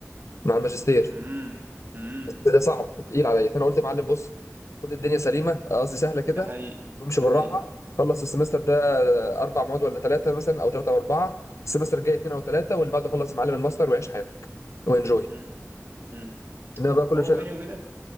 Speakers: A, on the left; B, on the right.
A: مع الماجستير
B: مم. مم.
A: ده صعب وتقيل عليا فانا قلت يا معلم بص خد الدنيا سليمه قصدي سهله كده
B: ده حقيقي
A: وامشي
B: ده
A: بالراحه
B: حقيقي
A: خلص السمستر ده اربع مواد ولا ثلاثه مثلا او ثلاثه او اربعه السمستر الجاي اثنين او ثلاثه واللي بعده خلص يا معلم الماستر وعيش حياتك وانجوي
B: مم. مم.
A: انما بقى كل
B: هو
A: شيء
B: بيني وبينك